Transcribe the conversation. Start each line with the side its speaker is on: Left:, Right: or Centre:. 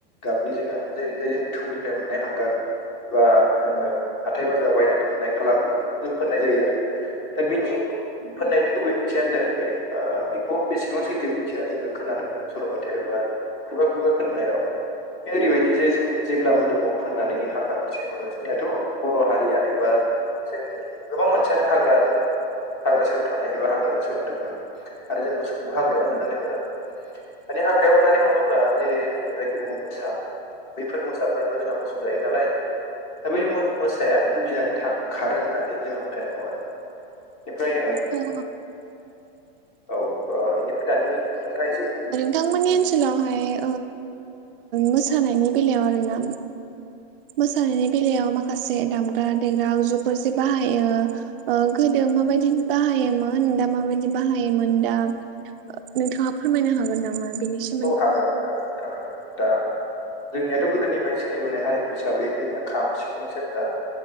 Left: गाबनि जोङो जेरै जाय जों थौनिफ्राय मोननाय हांगार एबा जोङो हाथाय बाजाराव बायनानै मोननाय खालारफोरखौ जों फोननाय जायो आरो दा बिनि फोननायनि गुबै ओंथियानो जाहैबाय ओ बेखौ बेसेबां सैथो मिथिया जोङो खोनानो मोनदों सल'बथायाव एबा खुगा खुगा खोनानाय राव बे ओरैबायदि जे जों जेब्ला मोदोमाव फोननानै हाग्रा फारसे हरो जोंनियाथ' बर' हारिया एबा जोंनि गोबां मोनसियानो हाग्राजों हाग्रा सेराव थानाय एबा हाग्राजों सोमोन्दो गोनां आरो जों मोसौखौबो हाग्लायावनो हनानैनाय हरो मानानि हाग्रायाव होनानै हरोब्ला जे जोङो जायखौ बुङो मोसा बैफोर मोसाफ्राथ' जोंहा मोसौ जायो नालाय दा बै मोसाया बेखौ गिनानै खारो होननानै जोंहा फोथायनाय दं आरो बेनिफ्राय
Right: औ
Left: औ बेनिफ्राय दानि नोंथाङा एसेम
Right: बिथांमोननि ओनसोलावहाय मोसानायनि बेलायाव आर ना मोसानायनि बेलायाव माखासे दामग्रा देग्राजुफोर ज बाहायो गोदो माबायदि बाहायोमोन दा माबायदि बाहायोमोन दा नोंथाङा फोरमायनो हागोन नामा बेनि सायाव
Left: औ हागोन हागोन नोंथां हागोन दा जोंनियाथ' गोदोनिफ्रायनो सोलिबोनाय हारिमु हिसाबै जोंनिया खाम सिफुं सेरजा